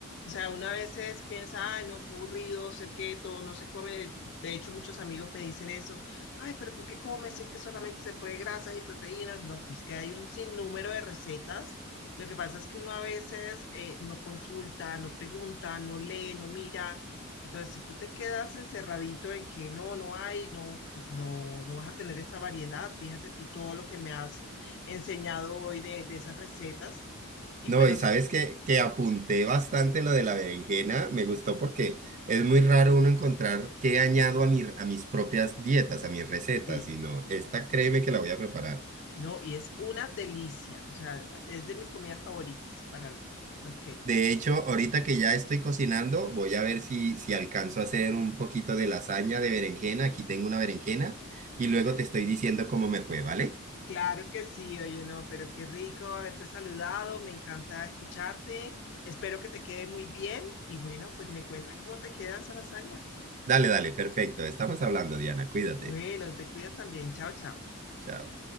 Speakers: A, on the left (about 55°); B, on the right (about 35°).
A: O sea, una veces piensa, ay, no, qué aburrido ser keto, no se come. De hecho, muchos amigos me dicen eso. Ay, pero tú qué comes si es que solamente se puede grasas y proteínas. No, pues que hay un sinnúmero de recetas. Lo que pasa es que uno a veces eh, no consulta, no pregunta, no lee, no mira. Entonces, si tú te quedas encerradito en que no, no hay, no, pues no, no vas a tener esa variedad. Fíjate tú todo lo que me has enseñado hoy de, de esas recetas. Y
B: No,
A: pues nosotros,
B: y sabes que, que apunté bastante lo de la berenjena, me gustó porque es muy raro uno encontrar qué añado a, mi, a mis propias dietas, a mis recetas,
A: sí,
B: y no, esta créeme que la voy a preparar.
A: no, y es una delicia. O sea, es de mis comidas favoritas para los ketos.
B: De hecho, ahorita que ya estoy cocinando, voy a ver si, si alcanzo a hacer un poquito de lasaña de berenjena. Aquí tengo una berenjena y
A: Ay,
B: luego te estoy
A: súper.
B: diciendo cómo me fue, ¿vale?
A: Claro que sí, oye, no, pero qué rico haberte saludado, me encanta escucharte, espero que te quede muy bien y bueno, pues me cuentas cómo te queda esa lasaña.
B: Dale, dale, perfecto. Estamos hablando, Diana. Cuídate.
A: Bueno, te cuidas también, chao, chao.
B: Chao.